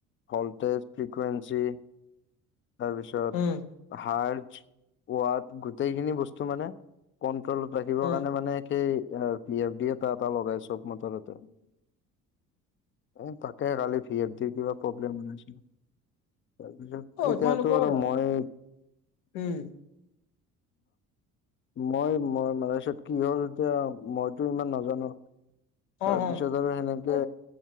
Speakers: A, on the left; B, on the left.
A: ভল্টেজ ফ্ৰিকুৱেন্ঞ্চি তাৰপিছত
B: উম
A: হাৰজ ৱাত গোটেইখিনি বস্তু মানে, কন্ট্ৰলত ৰাখিবৰ
B: উম
A: কাৰণে মানে সেই এ। পি এফ ডি এটা এটা লগাই চব মটৰত
B: উ,
A: এই তাকে কালি ভি এফ দিৰ কিবা প্ৰব্লেম তাৰপিছত
B: অ
A: এতিয়াতো
B: তোমালোকৰ
A: আৰু মই
B: উম
A: মই মই মালছত কি হ'ল এতিয়া মইতো ইমান নাজানো
B: অ
A: তাৰপিছত আৰু সেনেকে
B: অ